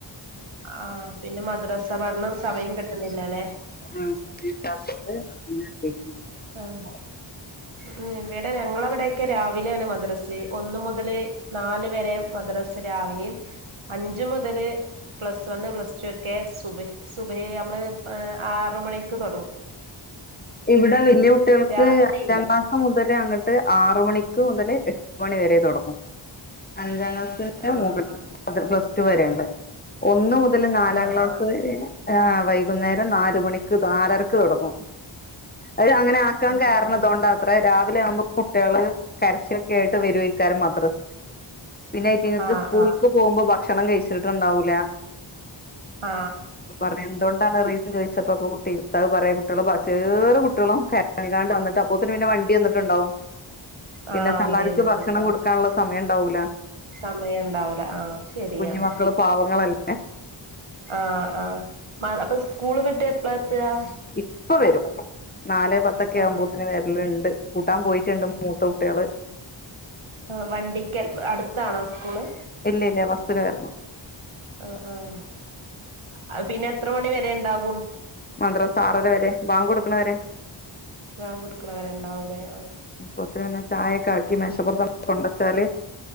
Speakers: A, on the right (about 75°); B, on the left (about 20°).
A: ആ പിന്നെ മദ്രാസ പഠനം. സമയം കിട്ടുന്നില്ലല്ലെ
B: ആ സമയം കിട്ടാത്തോണ്ട് <unintelligible>
A: ആഹ് ഉം ഇവിടെ ഞങ്ങളവിടെയൊക്കെ രാവിലെ യംണ് മദ്രസെ. ഒന്ന് മുതല് നാല് വരെ മദ്രസ രാവിലെയും അഞ്ച് മുതല് പ്ലസ് വണ് പ്ലസ് ടു ഒക്കെ സുബയ് സുബയ നമ്മള് ആറ് മണിക്ക് തുടങ്ങും.
B: ഇവിടെ വല്യ കുട്ടികൾക്ക്
A: രാത്രിയില്ല
B: അഞ്ചാം ക്ലാസ്സു മുതല് അങ്ങട് ട്ട് ആറുമണിക്ക് മുതൽ എട്ട് മണി വരെ തുടങ്ങും. അഞ്ചാം ക്ലാസ്സിന്
A: ആഹ്
B: <unintelligible> പ്ലസ് ടു വരെയൊള്ള ഒന്ന് മുതൽ നാലാം
A: ആഹ്
B: ക്ലാസ്
A: ആഹ്
B: വരെ ആ വൈകുന്നേരം നാലുമണിക്ക് നാലരക്ക് തുടങ്ങും. അവര് അങ്ങനെ ആക്കാൻ
A: ആഹ്
B: കയറണതോണ്ട്
A: ആഹ്
B: ആത്രേ രാവിലെ ആവുമ്പോ കുട്ടികള് കരച്ചിലൊക്കെ ആയിട്ട് <unintelligible> മദ്രസ് പിന്നെ ഐറ്റുങ്ങക്ക്
A: ആഹ്
B: സ്കൂള്ക്ക്
A: ആഹ്
B: പോകുമ്പോ ഭക്ഷണം കഴിച്ചിട്ടുണ്ടാവൂല
A: ആ
B: പറഞ്ഞ് എന്തുകൊണ്ടാണ് റീസൻ ചോദിച്ചപ്പോ അപ്പൊ കുട്ടി ഉസ്താദ് പറയാ കുട്ടികള് ബസേറ് കുട്ടികളും <unintelligible> വന്ന് അപ്പോത്തിന് പിന്നെ വണ്ടി വന്നിട്ടുണ്ടാവും. പിന്നെ
A: ആഹ്
B: തള്ളാർക്ക്
A: വണ്ടി വന്നിട്ടുണ്ടാവും
B: ഭക്ഷണം കൊടുക്കാനുള്ള സമയം ഉണ്ടാവൂല
A: സമയം ഉണ്ടാവൂല ആ ശരിയാണ്.
B: കുഞ്ഞു മക്കള് പാവങ്ങളല്ല
A: ആ ആ മ അപ്പൊ സ്കൂള് വിട്ട് എപ്പളാ എത്താ
B: ഇപ്പൊ വരും. നാലേ പത്തൊക്കെ
A: ആഹ്
B: ആവുമ്പോഴത്തേനും വരലുണ്ട് കൂട്ടാൻ പോയിട്ടുണ്ട് മൂത്ത കു കുട്ടികള്
A: ആ വണ്ടിക്കൽ അടുത്താണോ സ്കൂള്
B: ഇല്ല ഇല്ല ബസ്ന് വരണം.
A: ആഹ് ആഹ് അത് പിന്നെ എത്ര മണി വരെ ഇണ്ടാവും
B: മദ്രസ ആറര വരെ ഭാങ്ക് കൊടുക്കണ വരെ.
A: ഭാങ്ക്കൊടുക്കണവരെ ഉണ്ടാവൂലേ. ആ
B: പോത്തിരി പിന്നെ ചായ ഒക്കെ ആക്കി മേശപ്പുറത്തങ്ങട് കൊണ്ടുവച്ചാല്